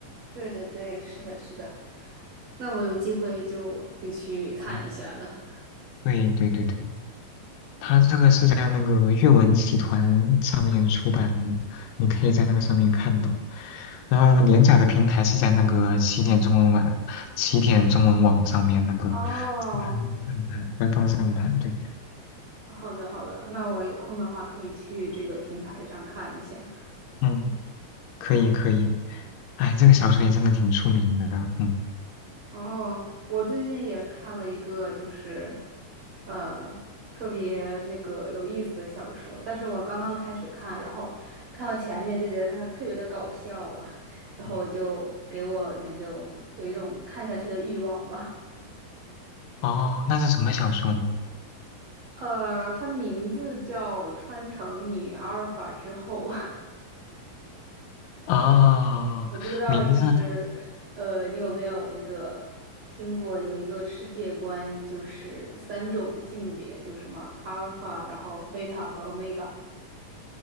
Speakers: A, on the right; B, on the left.
A: 对对对，是的，是的，那我有机会就会去看一下的。
B: 嗯对对对对。它这个是在那个阅文集团上面出版的，你可以在那个上面看到。然后连载的平台是在那个起点中文网、起点中文网上面那个正
A: 哦，
B: 版官方正版，对，
A: 好的好的，那我有空的话可以去这个平台上看一下。
B: 嗯，可以可以。哎，这个小说也真的挺出名的，嗯
A: 哦，我最近也看了一个，就是呃特别那个有意思的小说，但是我刚刚开始看，然后看到前面就觉得它特别的搞笑啊，然后就给我那种有一种看下去的欲望吧。
B: 嗯，哦，那是什么小说呢？
A: 呃，它名字叫《穿成女阿尔法之后》<laughs>
B: 哦，
A: 我不知道，
B: 名字
A: 就是呃，你有没有那个听过有一个世界观，就是三种性别，就什么阿尔法，然后贝塔和欧米伽。